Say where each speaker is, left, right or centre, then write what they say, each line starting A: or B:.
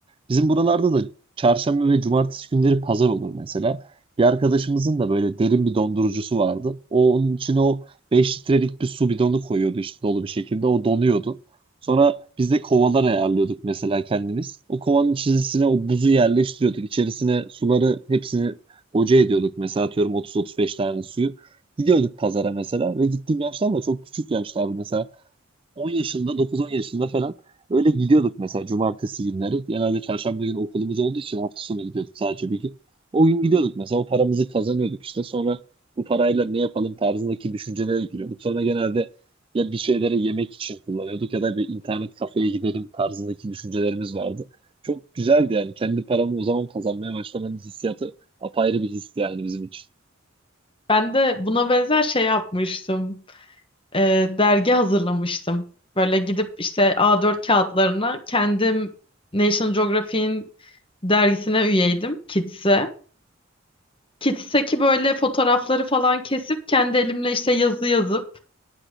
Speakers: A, on the right; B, on the left.
A: Bizim buralarda da çarşamba ve cumartesi günleri pazar olur mesela. Bir arkadaşımızın da böyle derin bir dondurucusu vardı. O onun içine o 5 litrelik bir su bidonu koyuyordu işte dolu bir şekilde. O donuyordu. Sonra biz de kovalar ayarlıyorduk mesela kendimiz. O kovanın içerisine o buzu yerleştiriyorduk. İçerisine suları hepsini boca ediyorduk. Mesela atıyorum 30-35 tane suyu. Gidiyorduk pazara mesela ve gittiğim yaşlar da çok küçük yaşlardı mesela. 10 yaşında, 9-10 yaşında falan öyle gidiyorduk mesela cumartesi günleri. Genelde çarşamba günü okulumuz olduğu için hafta sonu gidiyorduk sadece bir gün. O gün gidiyorduk mesela o paramızı kazanıyorduk işte. Sonra bu parayla ne yapalım tarzındaki düşüncelere giriyorduk. Sonra genelde ya bir şeylere yemek için kullanıyorduk ya da bir internet kafeye gidelim tarzındaki düşüncelerimiz vardı. Çok güzeldi yani kendi paramı o zaman kazanmaya başlamanın hissiyatı apayrı bir histi yani bizim için.
B: Ben de buna benzer şey yapmıştım. e, dergi hazırlamıştım. Böyle gidip işte A4 kağıtlarına kendim National Geographic'in dergisine üyeydim, Kids'e. Kids'teki böyle fotoğrafları falan kesip kendi elimle işte yazı yazıp